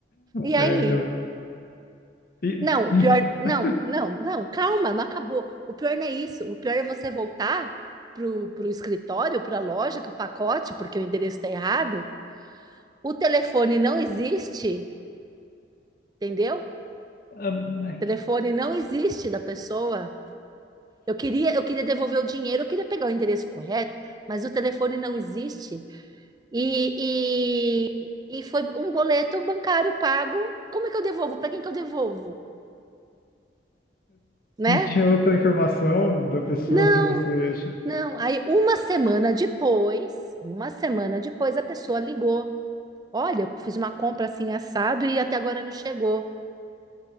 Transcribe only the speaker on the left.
É, e-
<laughs>
Ah, mas
Não tinha outra informação da pessoa
pra você. ach-